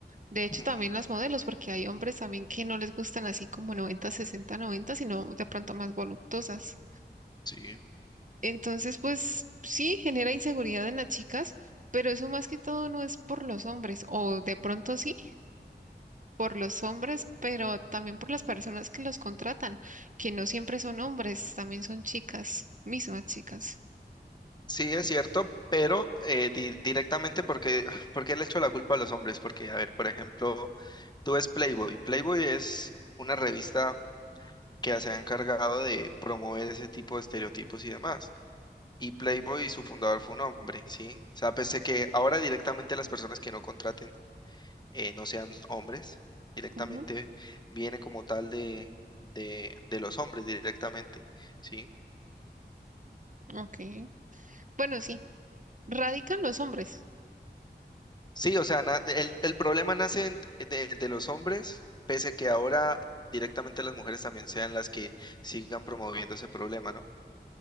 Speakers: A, on the right; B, on the left.
A: De
B: ujú,
A: hecho, también las modelos, porque hay hombres también que no les gustan así como 90 60 90, sino de pronto más voluptuosas.
B: sí.
A: Entonces, pues sí, genera inseguridad en las chicas, pero eso más que todo no es por los hombres, o de pronto sí, por los hombres, pero también por las personas que los contratan, que no siempre son hombres, también son chicas, mismas chicas.
B: Sí, es cierto, pero eh, di- directamente porque, <sighs> porque le echo la culpa a los hombres, porque, a ver, por ejemplo, tú ves Playboy. Playboy es una revista que se ha encargado de promover ese tipo de estereotipos y demás. Y Playboy, su fundador fue un hombre, ¿sí? O sea, pese que ahora directamente las personas que no contraten eh, no sean hombres, directamente
A: Ujú,
B: viene como tal de, de, de los hombres directamente, ¿sí?
A: ujú, ok. Bueno, sí, radican los hombres,
B: Sí, o sea, na- el, el problema nace en- de, de los hombres, pese que ahora directamente las mujeres también sean las que sigan promoviendo ese problema, ¿no?